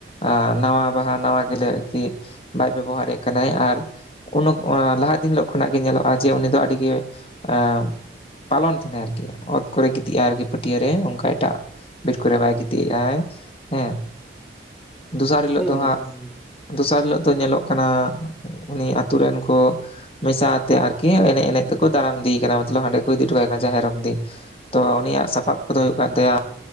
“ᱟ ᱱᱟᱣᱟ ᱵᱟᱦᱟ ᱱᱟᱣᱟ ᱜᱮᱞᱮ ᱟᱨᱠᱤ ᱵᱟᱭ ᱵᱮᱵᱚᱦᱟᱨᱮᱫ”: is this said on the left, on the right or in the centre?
Left